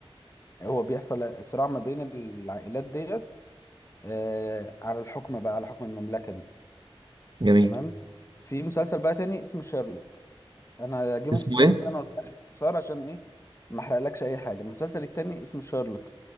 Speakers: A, on the left; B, on the right.
A: هو بيحصل صراع ما بين العائلات ديت آه على الحكم بقى على حكم المملكه دي
B: جميل
A: تمام في مسلسل بقى تاني اسمه شيرلوك انا جيم
B: اسمه
A: اوف ثرونز
B: ايه؟
A: ده انا قلت لك باختصار عشان ايه ما احرقلكش اي حاجه المسلسل التاني اسمه شيرلوك